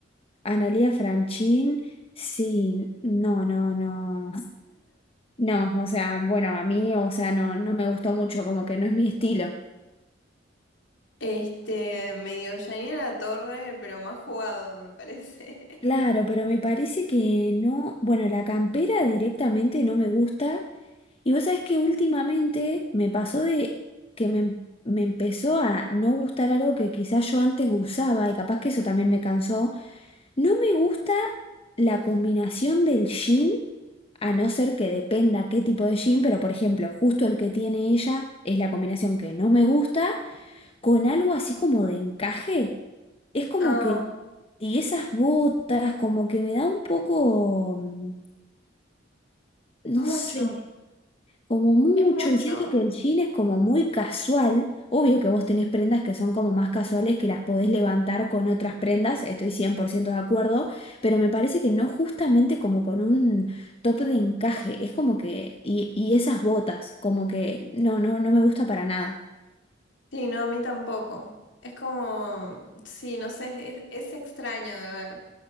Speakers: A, on the left; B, on the left.
A: Analía Franchín, sí, no, no, no, no, o sea, bueno, a mí, o sea, no, no me gustó mucho, como que no es mi estilo.
B: Este, medio Janina La Torre, pero más jugado, me parece.
A: Claro,
B: <laughs>
A: pero me parece que no, bueno, la campera directamente no me gusta. Y vos sabés que últimamente me pasó de que me, em, me empezó a no gustar algo que quizás yo antes usaba y capaz que eso también me cansó. No me gusta la combinación del jean, a no ser que dependa qué tipo de jean, pero por ejemplo, justo el que tiene ella es la combinación que no me gusta con algo así como de encaje. Es como
B: Ah,
A: que, y esas botas, como que me da un poco, mm, no
B: mucho.
A: sé, como mucho,
B: Es mucho.
A: y siento que el jean es como muy casual. Obvio que vos tenés prendas que son como más casuales, que las podés levantar con otras prendas, estoy 100% de acuerdo, pero me parece que no justamente como con un top de encaje, es como que, y, y esas botas, como que, no, no, no me gusta para nada.
B: Sí, no, a mí tampoco. Es como, sí, no sé, es, es extraño de ver.